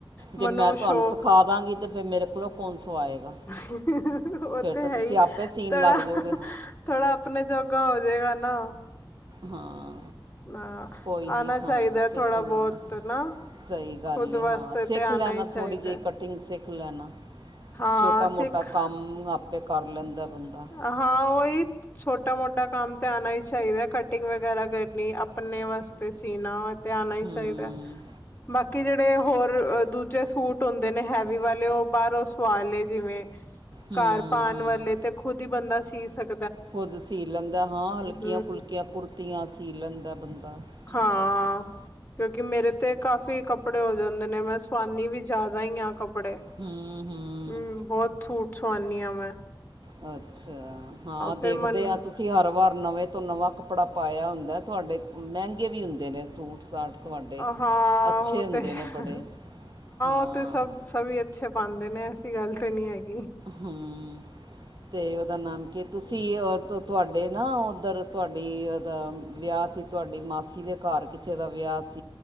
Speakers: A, on the left (about 25°); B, on the right (about 55°).
A: ਮੈਨੂੰ
B: ਜੇ ਮੈਂ
A: ਸ਼ੌਕ
B: ਤੁਹਾਨੂੰ ਸਿਖਾ ਦਾਂਗੀ ਅਤੇ ਫਿਰ ਮੇਰੇ ਕੋਲੋਂ ਕੌਣ ਸਵਾਏਗਾ
A: ਉਹ
B: ਫਿਰ
A: ਤੇ
B: ਤਾਂ ਤੁਸੀਂ
A: ਹੈ ਹੀ।
B: ਆਪੇ ਸੀਨ
A: ਥੋੜਾ-
B: ਲੱਗ ਜਾਓਗੇ
A: ਥੋੜਾ ਆਪਣੇ ਜੋਗਾ ਜੇਗਾ ਨਾ
B: ਹਾਂ
A: ਨਾ
B: ਕੋਈ ਨਹੀਂ
A: ਆਣਾ ਚਾਹੀਦਾ
B: ਹਾਂ ਸਿੱਖ
A: ਥੋੜ੍ਹਾ
B: ਲੈਣਾ
A: ਬਹੁਤ ਨਾ।
B: ਸਹੀ ਗੱਲ
A: ਖੁਦ
B: ਏ
A: ਵਾਸਤੇ
B: ਹਾਂ ਸਿੱਖ
A: ਤੇ ਆਣਾ
B: ਲੈਣਾ
A: ਹੀ ਚਾਹੀਦਾ।
B: ਥੋੜ੍ਹੀ ਜਿਹੀ ਕਟਿੰਗ ਸਿੱਖ ਲੈਣਾ
A: ਹਾਂ
B: ਛੋਟਾ- ਮੋਟਾ
A: ਸਿੱਖ
B: ਕੰਮ ਆਪੇ ਕਰ ਲੈਂਦਾ ਬੰਦਾ
A: ਹਾਂ, ਉਹੀ ਛੋਟਾ -ਮੋਟਾ ਕੰਮ ਤੇ ਆਉਣਾ ਹੀ ਚਾਹੀਦਾ ਹੈ। ਕਟਿੰਗ ਵਗੈਰਾ ਕਰਨੀ ਆਪਣੇ ਵਾਸਤੇ ਸੀਣਾ ਤੇ ਆਉਣਾ ਹੀ
B: ਹੂੰ।
A: ਚਾਹੀਦਾ। ਬਾਕੀ ਕਿ ਜਿਹੜੇ ਹੋਰ ਦੂਜੇ ਸੂਟ ਹੁੰਦੇ ਨੇ ਹੈਵੀ ਵਾਲੇ ਉਹ ਬਾਹਰੋਂ ਸਵਾ ਲਏ ਜਿਵੇਂ
B: ਹੂੰ
A: ਘਰ ਪਾਉਣ
B: ਹੂੰ
A: ਵਾਲੇ ਤੇ ਕਿ ਬੰਦਾ ਸੀ ਸਕੇ
B: ਖੁਦ ਸੀ ਲੈਂਦਾ ਹਾਂ ਹਲਕੀਆਂ
A: ਹਮ
B: ਫੁਲਕੀਆਂ ਕੁੜਤੀਆਂ ਸੀ ਲੈਂਦਾ ਬੰਦਾ ਛੋਟੇ
A: ਹਾਂ
B: ਛੋਟੇ
A: ਕਿਉਂਕਿ ਮੇਰੇ ਤੇ ਕਾਫੀ ਕੱਪੜੇ ਹੋ ਜਾਂਦੇ ਨੇ ਮੈਂ ਸਵਾਨੀ ਵੀ ਜ਼ਿਆਦਾ ਹੀ ਆ ਕੱਪੜੇ
B: ਹੂੰ ਹੂੰ।
A: ਹਮ ਬਹੁਤ ਸੂਟ ਸੁਵਾਨੀ ਹਾਂ ਮੈਂ
B: ਅ ਅੱਛਾ ਹਾਂ ਦੇਖਦੇ
A: ਫਿਰ ਮਨ
B: ਹਾਂ ਤੁਸੀਂ ਹਰ ਵਾਰ ਨਵੇਂ ਤੋਂ ਨਵਾਂ ਕੱਪੜਾ ਪਾਇਆ ਹੁੰਦਾ ਤੁਹਾਡੇ ਮਹਿੰਗੇ ਵੀ ਹੁੰਦੇ ਨੇ ਸੂਟ ਸਾਟ ਤੁਹਾਡੇ।
A: ਹਾਂ
B: ਅੱਛੇ
A: ਉਹ
B: ਹੁੰਦੇ
A: ਤੇ ਹਾਂ
B: ਨੇ ਬੜੇ ਹਾਂ
A: ਉਹ ਤੇ ਹ-ਹ-ਹ ਸਭ ਸਭੀ ਅੱਛੇ ਪਾਂਦੇ ਕ ਨੇ ਐਸੀ ਗੱਲ ਤਾਂ ਨਹੀਂੀ ਹੈਗੀ
B: ਹਮ ਤੇ ਉਹਦਾ ਨਾਮ ਕੀ ਤੁਸੀਂ ਤੁਹਾਡੇ ਨਾ ਉੱਧਰ ਤੁਹਾਡੀ ਵਿਆਹ ਸੀ ਤੁਹਾਡੀ ਮਾਸੀ ਦੇ ਘਰ ਕਿਸੇ ਦਾ ਵਿਆਹ ਸੀ